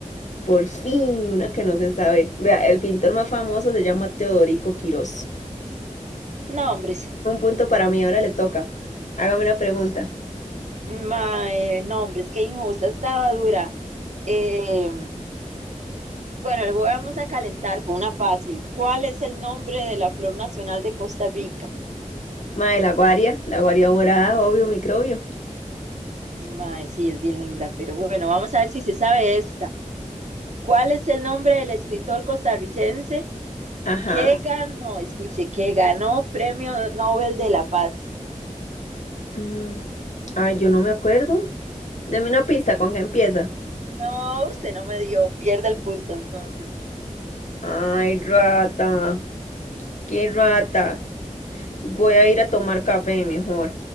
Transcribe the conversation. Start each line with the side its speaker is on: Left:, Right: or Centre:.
Left: Por fin, una que no se sabe. Vea, el pintor más famoso se llama Teodorico Quirós.
Right: Nombres,
Left: Un punto para mí, ahora le toca. Hágame una pregunta.
Right: hombres, mae, no, qué injusta, estaba dura. Eh, bueno, le voy- vamos a calentar con una fácil. ¿Cuál es el nombre de la flor nacional de Costa Rica?
Left: Mae, la guaria, la guaria morada, obvio, microbio.
Right: Mae, sí, es bien linda, pero bueno, vamos a ver si se sabe esta. ¿Cuál es el nombre del escritor costarricense
Left: Ajá.
Right: que ganó, escuche, que ganó Premio Nobel de la Paz?
Left: Mm, Ay, yo no me acuerdo. Deme una pista, ¿con qué empieza?
Right: No, usted no me dio, pierde el punto entonces.
Left: Ay, rata. Qué rata. Voy a ir a tomar café mejor.